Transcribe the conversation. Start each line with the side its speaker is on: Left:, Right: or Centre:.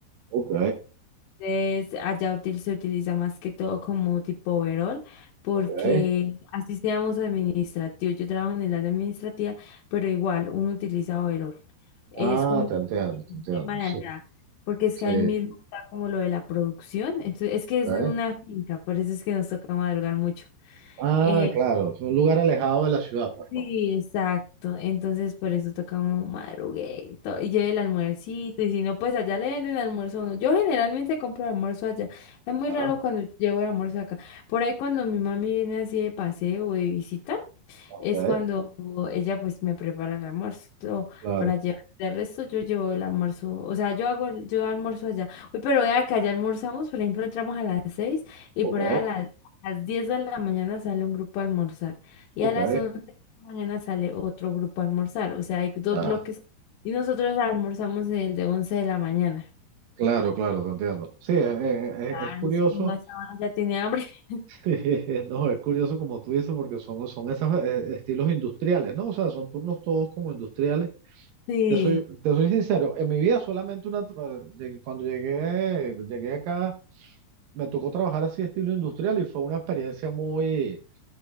Right: Ok,
Left: Es- allá util- se utiliza más que todo como tipo overall, porque
Right: ok.
Left: así seamos administrativos. Yo trabajo en el área administrativa, pero igual uno utiliza overall. Es
Right: Ah,
Left: como
Right: te entiendo,
Left: un
Right: te entiendo.
Left: tema de
Right: Sí,
Left: allá, porque es
Right: sí.
Left: que ahí mismo está como lo de la producción. Entonces, es que
Right: ok.
Left: es en una finca, por eso es que nos toca madrugar mucho.
Right: Ah,
Left: Eh,
Right: claro. Es un lugar alejado de la ciudad, pues,
Left: Sí,
Right: ¿no?
Left: exacto. Entonces, por eso toca uno madruguito y lleve el almuercito. Y si no, pues allá le venden almuerzo a uno. Yo generalmente compro almuerzo allá. Es muy
Right: Ya.
Left: raro cuando llevo el almuerzo acá. Por ahí, cuando mi mami viene así de paseo o de visita
Right: Ok,
Left: es cuando ella pues me prepara el almuerzo
Right: claro.
Left: para llevar. De resto yo llevo el almuerzo, o sea, yo hago el, yo almuerzo allá. Uy, pero vea que allá almorzamos, por ejemplo, entramos a las 6 y
Right: Ok,
Left: por ahí a, la- a las 10 de la mañana sale un grupo a almorzar y
Right: ok.
Left: a las 11 de la mañana sale otro grupo a almorzar, o sea, hay dos
Right: Ya.
Left: bloques y nosotros almorzamos el de 11 de la mañana.
Right: Claro, claro, te entiendo. Sí, es es-
Left: Claro,
Right: es- es curioso.
Left: es que uno a esa hora ya tiene hambre. <laughs>
Right: <laughs> No, es curioso como tú dices, porque son, son esos eh, estilos industriales, ¿no? O sea, son turnos todos como industriales.
Left: Sí.
Right: Te soy, te soy sincero, en mi vida solamente una, tra- llegué- cuando llegué, llegué acá, me tocó trabajar así estilo industrial y fue una experiencia muy,